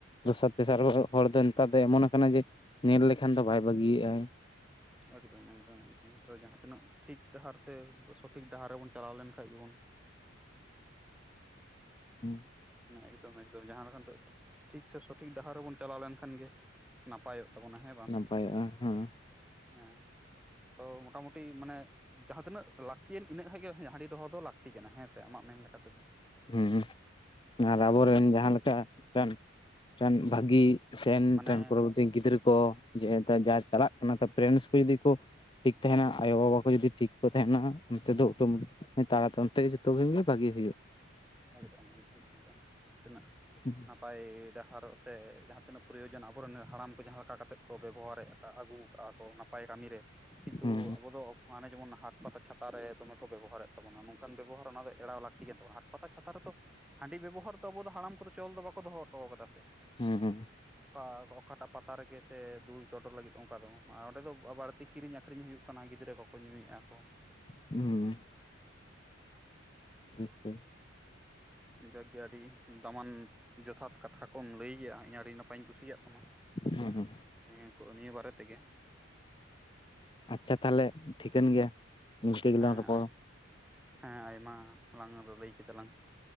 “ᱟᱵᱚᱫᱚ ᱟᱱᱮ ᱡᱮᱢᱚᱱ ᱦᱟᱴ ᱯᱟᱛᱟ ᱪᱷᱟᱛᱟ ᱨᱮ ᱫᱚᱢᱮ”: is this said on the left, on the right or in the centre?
Centre